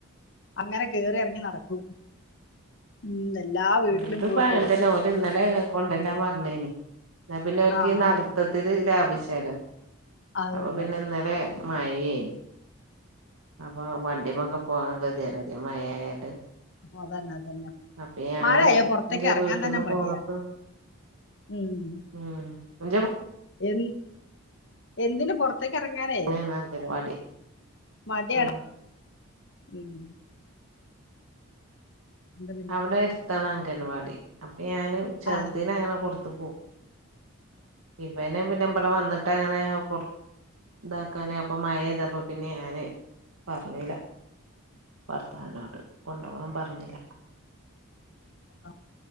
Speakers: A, on the left (about 55°); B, on the right (about 75°).
A: അങ്ങനെ കേറി ഇറങ്ങി നടക്കും ഉം, എല്ലാ വീട്ടിലും
B: ഇത് അപ്പൊ
A: പോയിട്ട്
B: അങ്ങനെ തന്നെ ഓല ഇന്നലെ കൊണ്ടല്ലാ പറ. അന്നാ പിന്നെ അവർക്ക്
A: ആഹ്
B: നടത്തത്തില്
A: ആഹ്
B: ലഭിച്ചാലോ
A: അതെ
B: അപ്പൊ
A: അതെ
B: പിന്നെ ഇന്നേല മഴേ അപ്പൊ വണ്ടിമെ ഒക്കെ പോകൻ <unintelligible> മഴ ആയാല്.
A: അ അതന്നെ അതന്നെ
B: അപ്പ ഞാന്
A: മഴയായ പുറത്തേക്ക്
B: ന്റെ
A: ഇറങ്ങാൻ
B: വീട്ടന്നും
A: തന്നെ മടിയാണ്
B: പോന്നിപ്പം,
A: ഉം
B: ഉം <unintelligible>
A: എ എന്തിന് പുറ പുറത്തക്ക് ഇറങ്ങാനേ
B: വീടാണ് അംഗനവാടി
A: മടിയാണ്
B: ആഹ്
A: ഉം എന്താ പിന്നെ
B: അവിടെ അടുത്താണ് അംഗനവാടി, അപ്പൊ ഞാന് ചെറുതീന്
A: ആഹ്
B: അങ്ങനെ പുറത്ത്
A: <unintelligible>
B: ഇവനെ പിന്നെ ഇവിടെ വന്നിട്ട് അങ്ങനെ പുറ ഇതാക്കാന് അപ്പ മയേതപ്പ പിന്നെ ഞാന് പറഞ്ഞില്ല. ഭർത്തവിനോട് കൊണ്ട് പോവാൻ പറഞ്ഞില്ല
A: അ